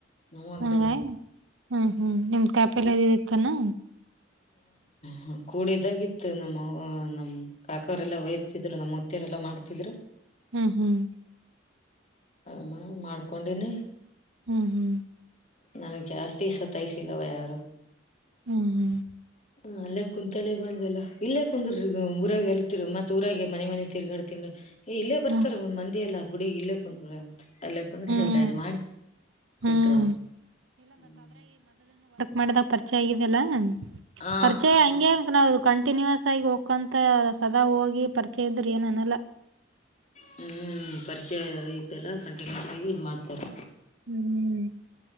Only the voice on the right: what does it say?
ಹಂಗಾಗಿ ಹ್ಮ್ ಹ್ಮ್ ನಿಮ್ ತಾಪ ಎಲ್ಲ ಇದತ್ತಾನ
ಹ್ಮ್ ಹ್ಮ್
ಹ್ಮ್ ಹ್ಮ್
ಹ್ಮ್ ಹ್ಮ್
ಹ್ಮ್
ಹ್ಮ್
ಹ್ಮ್
ಮಾಡಿದಾಗ ಪರಿಚಯ ಆಗಿದೆಲ್ಲ
ಪರಿಚಯ ಹಂಗೆ ಅಂತ ನಾವವು ಕಂಟಿನ್ಯೂಯಸ್ ಆಗಿ ಹೋಗಕಂತ ಸದಾ ಹೋಗಿ ಪರಿಚಯ ಇದ್ರಿ ಏನನಲ್ಲ
ಹ್ಮ್